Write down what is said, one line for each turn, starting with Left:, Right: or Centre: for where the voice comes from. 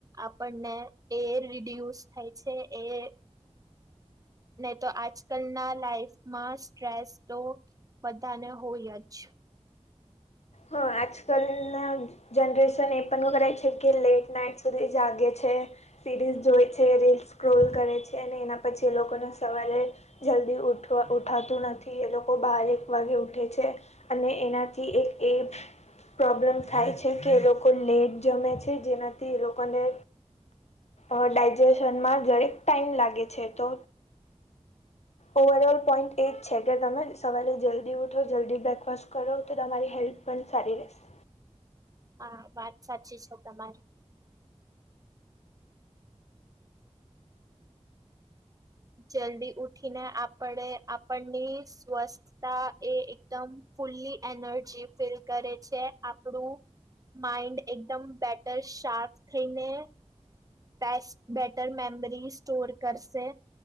Right: આપણને એ રીડ્યુસ થાય છે એ. નહીં તો આજકાલ ના લાઈફમાં સ્ટ્રેસ તો બધાને હોય જ.
Left: હા, આજકાલ ના જનરેશન એ પણ કરે છે કે, લેટ નાઈટ સુધી જાગે છે. સિરીઝ જોય છે, રીલ સ્કોર કરે છે અને એના પછી એ લોકોને સવારે જલ્દી ઉઠવા ઉઠાતું નથી. એ લોકો બાર એક વાગે ઉઠે છે. અને એનાથી એક એ પ્રોબ્લેમ થાય છે કે, એ લોકો લેટ જમે છે. જેનાથી એ લોકોને અ ડાયજેશનમાં જરેક ટાઈમ લાગે છે તો ઓવરઓલ પોઈન્ટ એ જ છે કે, તમે સવારે જલ્દી ઉઠો, જલ્દી બ્રેકફાસ્ટ કરો, તો તમારી હેલ્થ પણ સારી રહેશે.
Right: હા, વાત સાચી છે તમારી. જલ્દી ઉઠીને આપણે આપણની સ્વસ્થ એ એકદમ ફુલ્લી એનર્જી ફીલ કરે છે, આપણું માઇન્ડ એકદમ બેટર, શાર્પ થઈને બેસ્ટ બેટર મેમરી સ્ટોર કરશે.